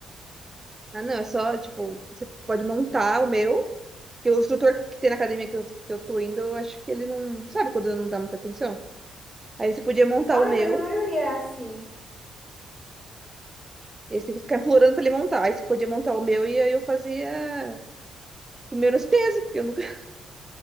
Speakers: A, on the right; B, in the centre.
A: Ah, não, é só, tipo, você pode montar o meu. E o instrutor que tem na academia que eu, que eu tô indo, eu acho que ele não. Sabe quando não dá muita atenção? Aí você podia montar
B: Ai,
A: o meu.
B: mas a maioria é assim.
A: Eles têm que ficar implorando pra ele montar. Aí você podia montar o meu e aí eu fazia o menos peso, porque eu nunca. <laughs>